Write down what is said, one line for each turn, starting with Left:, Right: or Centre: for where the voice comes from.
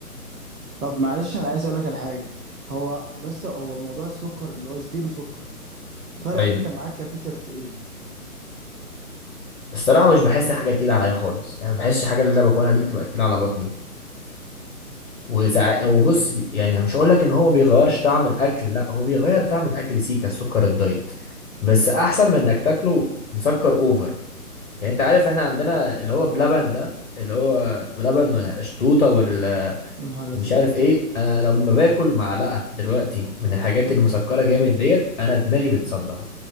Right: طب معلش انا عايز اقول لك على حاجه هو بس هو موضوع السكر اللي هو الزيرو سكر ده فرق
Left: ايوه
Right: انت معاك كبيتر في ايه
Left: الصراحه مش بحس حاجه تقيله عليا خالص يعني ما بحسش الحاجه اللي انا باكلها دي تبقى تقيله على بطني وساعات وبص بي... يعني مش هقول لك ان هو ما بيغيرش طعم الاكل لا هو بيغير طعم الاكل سيكا السكر الدايت بس احسن من انك تاكله مسكر اوفر يعني انت عارف احنا عندنا اللي هو بلبن ده اللي هو بلبن والقشطوطه وال
Right: يا نهار
Left: مش
Right: ازرق
Left: عارف ايه انا لما باكل معلقه دلوقتي من الحاجات المسكره جامد ديت انا دماغي بتصدع